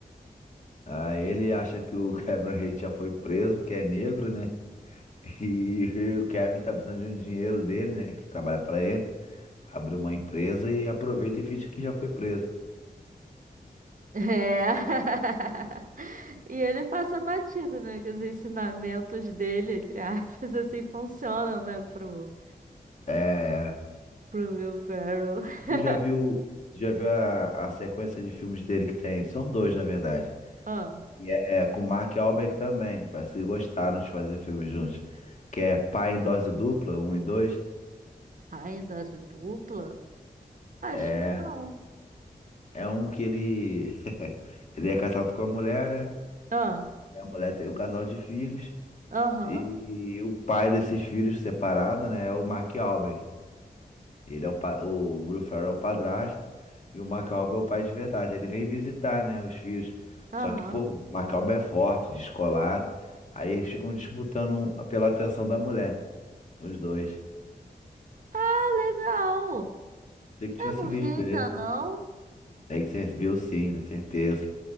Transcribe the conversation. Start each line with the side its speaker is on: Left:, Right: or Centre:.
Left: Aí ele acha que o <laughs> Kevin Hart já foi preso, porque é negro, né? E <laughs> o Kevin tá precisando de um dinheiro dele, né? Que trabalha pra ele, pra abrir uma empresa e aproveita e finge que já foi preso.
Right: É. <laughs> E ele passa batido, né? Que os ensinamentos dele, entre aspas, assim, funcionam, né? Pro,
Left: É, é.
Right: pro Will Ferrell.
Left: Tu
Right: <laughs>
Left: já viu, tu já viu a, a sequência de filmes dele que tem? São dois, na verdade.
Right: Ah,
Left: E é é com o Mark Wahlberg também. Parece que gostaram de fazer filmes juntos. Que é Pai em Dose Dupla, um e dois.
Right: ainda de dupla? Acho
Left: É,
Right: que não.
Left: é um que ele, <laughs> ele é casado com a mulher, né?
Right: Ah,
Left: E a mulher tem um casal de filhos.
Right: aham,
Left: E o pai desses filhos separado, né, é o Mark Wahlberg. Ele é o, pa- o Will Ferrell é o padrasto e o Mark Wahlberg é o pai de verdade. Ele vem visitar, né, os filhos. Só
Right: aham.
Left: que, pô, o Mark Wahlberg é forte, descolado. Aí eles ficam disputando um, pela atenção da mulher, os dois.
Right: Ah, legal.
Left: Tem que
Right: Eu
Left: tivesse
Right: não
Left: visto
Right: vi ainda,
Left: esse.
Right: não.
Left: Tem que você viu sim, com certeza.